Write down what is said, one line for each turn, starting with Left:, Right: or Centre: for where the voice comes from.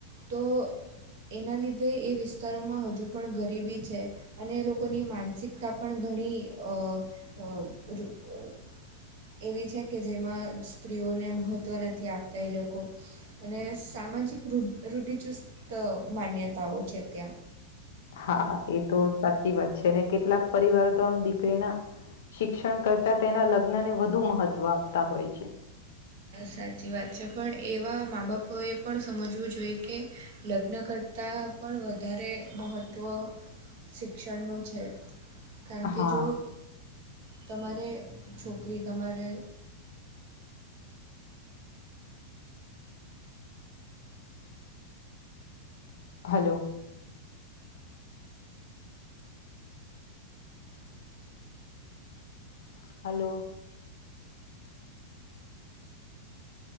Right: તો એના લીધે એ વિસ્તારોમાં હજુ પણ ગરીબી છે અને એ લોકોની માનસિકતા પણ ઘણી અ અ એવી છે કે જેમાં સ્ત્રીઓને મહત્ત્વ નથી આપતા એ લોકો અને સામાજિક ર રૂઢિચુસ્ત માન્યતાઓ છે ત્યાં
Left: હા એ તો સાચી વાત છે અને કેટલાક પરિવારો તો આમ દીકરીના શિક્ષણ કરતા તેના લગ્ન ને વધુ મહત્વ આપતા હોય છે
Right: સાચી વાત છે પણ એવા મા બાપોએ પણ સમજવું જોઈએ કે લગ્ન કર તાં પણ વધારે મહત્ત્વ શિક્ષણનું છે કારણ
Left: હા
Right: કે જો તમારે છોકરી તમારે
Left: હલો હલો